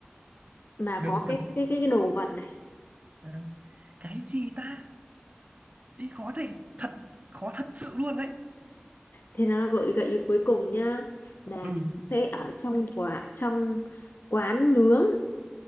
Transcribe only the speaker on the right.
được
được
à, cái gì ta ý khó thế thật khó thật sự luôn đấy
ừ